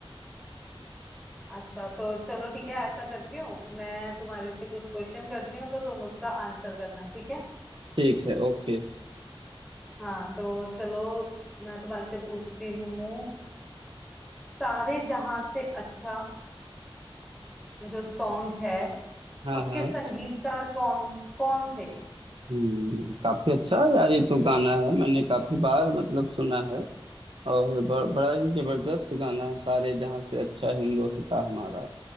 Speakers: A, in the centre; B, on the right.
A: अच्छा तो चलो ठीक है ऐसा करती हूँ मैं तुम्हारे से कुछ क्वेश्चन करती हूँ तो तुम उसका आंसर करना ठीक है
B: ठीक है ओके
A: हाँ तो चलो मैं तुम्हारे से पूछती हूँ सारे जहां से अच्छा जो सॉन्ग है
B: हाँ
A: उसके
B: हाँ
A: संगीतकार कौन कौन थे
B: हम्म, काफी अच्छा यार ये तो गाना है मैंने काफी बार मतलब सुना है और ब, बड़ा ही जबरदस्त गाना है सारे जहाँ से अच्छा हिंदोस्तां हमारा